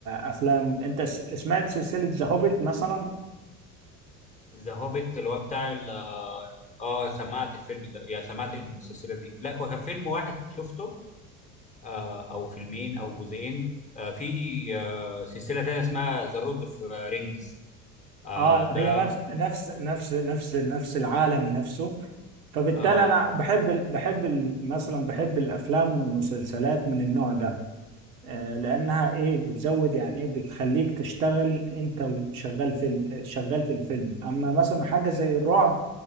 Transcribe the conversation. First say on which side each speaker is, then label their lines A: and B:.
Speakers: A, on the right; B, on the left.
A: آه، أفلام أنت س- سمعت سلسلة ذا هوبيت مثلا
B: ذا هوبيت اللي هو بتاع اه سمعت الفيلم ده يعني سمعت السلسله دي لا هو كان فيلم واحد شفته آه او فيلمين او جزئين آه في آه سلسله تانية اسمها ذا لورد اوف رينجز آه
A: اه
B: ده
A: هي نفس نفس نفس نفس نفس العالم نفسه فبالتالي
B: آه
A: أنا بحب ال- بحب ال- مثلا بحب الأفلام والمسلسلات من النوع ده آه، لأنها إيه بتزود يعني إيه بتخليك تشتغل أنت وشغال في ال- شغال في الفيلم أما مثلا حاجة زي الرعب